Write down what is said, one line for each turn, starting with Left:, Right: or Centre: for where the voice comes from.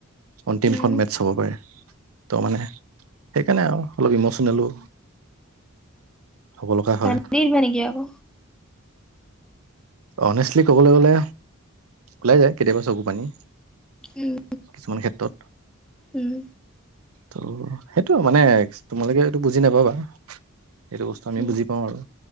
Right: অন্তিমখন
Centre: উম
Right: মেটছ হব পাৰে ত' মানে সেইকাৰণে আৰু। অলপ ইম'চনেলো হ'ব লগা
Centre: কান্দি
Right: হয়।
Centre: দিবা নেকি আকৌ
Right: অনেষ্টলি ক'বলৈ গ'লে ওলাই যায় কেতিয়াবা চকু পানী।
Centre: উম
Right: কিছুমান ক্ষেত্ৰত
Centre: উম
Right: ত' সেইটো মানে। তোমালোকে এইটো বুজি নাপাবা। সেইটো বস্তু আমি
Centre: উম
Right: বুজি পাওঁ আৰু